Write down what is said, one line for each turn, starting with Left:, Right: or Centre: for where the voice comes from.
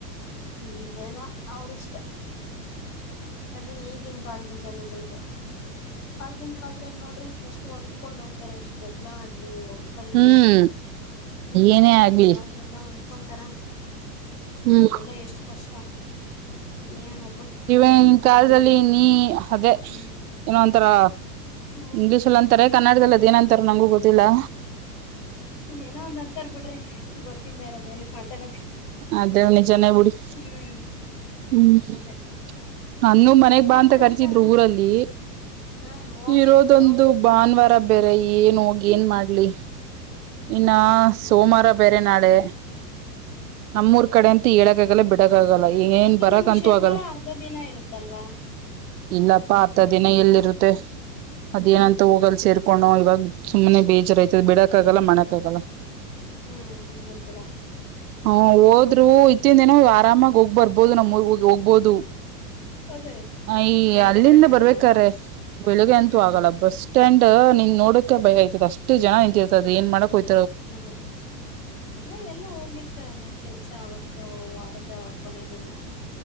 Left: ಹ್ಮ್ ಏನೋ ಅವರು ಇಷ್ಟ ಅದನ್ ಈಗನ್ ಕಾಲದ ಜನಕ್ಕೆ ಆಗಿನ ಕಾಲದಲ್ಲಿ ನೋಡ್ರಿ ಎಷ್ಟು ಹೊಂದ್ಕೊಂಡ್ ಹೋಗ್ತಾರೆ ಎಷ್ಟು ಜಗ್ಗಳ ಆಡ್ಲಿ ಹೊಂಡಕೊಳ್ಳಿ
Right: ಹ್ಮ್
Left: ಹ್ಮ್
Right: ಏನೇ ಆಗ್ಲಿ
Left: ಇವಾಗೆಲ್ಲ ಹೊಂದ್ಕೊಂತಾರ
Right: ಹ್ಮ್
Left: ಇವಾಗೆಲ್ಲ ಎಷ್ಟು ಕಷ್ಟ ಏನೊ
Right: ಇವನ್ ಕಾಲದಲ್ಲಿ ನೀ ಅದೇ
Left: ಹ್ಮ್
Right: ಏನೋ ಅಂತಾರಲ್ಲ
Left: ಹ್ಮ್
Right: ಇಂಗ್ಲೀಷ್ಲ್ಲ ಅಂತಾರೆ
Left: ಮುಖ
Right: ಕನ್ನಡದಲ್ಲ
Left: ಮುಖ
Right: ಅದ್ ಏನಂತಾರ ನಂಗೂ ಗೊತ್ತಿಲ್ಲಾ
Left: ಏನೋ ಒಂದ್ ಅಂತರ್ ಬಿಡ್ರಿ ಗೊತ್ತಿಲ್ಲ ಇರೋದ ಏನಕ್ ಮಾತಾಡೋದು
Right: ಅದೇ ನಿಜಾನೇ ಬಿಡಿ
Left: ಹ್ಮ್
Right: ಹ್ಮ್
Left: ಅದೇ
Right: ನನ್ನು ಮನೆಗ್ ಬಾ
Left: ಏನ್
Right: ಅಂತ
Left: ಮಾಡಕ್ಕಾಗಲ್ಲ
Right: ಕರಿಸಿದ್ರು ಊರಲ್ಲಿ
Left: ಹಾ ಹೋಗ್ಬೇಕಿತ್ತು
Right: ಇರೋದೊಂದು ಭಾನುವಾರ ಬೆರೆ ಏನ ಹೋಗಿ ಏನ್ ಮಾಡ್ಲಿ ಇನ್ನ
Left: ಹ್ಮ್ ಹಂಗಂತೀರಾ
Right: ಸೋಮವಾರ ಬೇರೆ ನಾಳೆ ನಮ್ಮೂರ್ ಕಡೆ ಅಂತ
Left: ಹ್ಮ್
Right: ಹೇಳಕ್ ಆಗಲ್ಲ ಬಿಡಕ್ಕ ಆಗಲ್ಲ ಏನ್
Left: ಏಕೆ
Right: ಬರಕ್ಂತೂ
Left: ನಿಮ್ಗೆ ಶನಿವಾರ
Right: ಆಗಲ್ಲ
Left: ಅರ್ಧ ದಿನ ಇರುತ್ತಲ್ವಾ
Right: ಇಲ್ಲಪ್ಪಾ ಆತ ದಿನ ಎಲ್ಲಿರುತ್ತೆ ಅದೇನಂತ
Left: ಹ್ಮ್
Right: ಊರಲ್ಲಿ ಸೇರಿಕೊಂಡು ಇವಾಗ ಸುಮ್ಮನೆ ಬೇಜಾರುಾಯ್ತ ಬಿಡಕ್ಕ ಆಗಲ್ಲ ಮಾಡೋಕ್ಕ ಆಗಲ್ಲ
Left: ಹ್ಮ್ ಹಂಗಂತೀರ
Right: ಹ ಹೋದ್ರು ಇತ್ತಿಂದ ಏನೋ ಆರಾಮಾಗಿ ಹೋಗ್ಬರ್ಬೋದು ನಮ್ಮೂರು ಹೋಗ್ಬೋದು
Left: ಅದೇ
Right: ಅಯ
Left: ಬೆಳಿಗ್ಗೆ
Right: ಅಲ್ಲಿಂದ
Left: ಬರಕ್ಕಾಗಲ್ಲ
Right: ಬರ್ಬೇಕಾರೆ
Left: ಅಂತ
Right: ಬೆಳಿಗ್ಗೆ ಅಂತೂ
Left: ಹ್ಮ್
Right: ಆಗಲ್ಲ ಬಸ್ ಸ್ಟ್ಯಾಂಡ್ ನಿನ್ ನೋಡಕೆ ಭಯ ಆಯ್ತದೆ ಅಷ್ಟ ಜನ ನಿಂತಿರ್ತದ ಏನ್ ಮಾಡಕ ಹೊಯ್
Left: ಅದೇ ಅಲ್ಲೇ ಎಲ್ಲೋ ಹೋಗಿರ್ತಾರಲ್ಲ ಕೆಲ್ಸ ಅವತ್ತು ವಾರದ ಕೊನೇ ದಿನ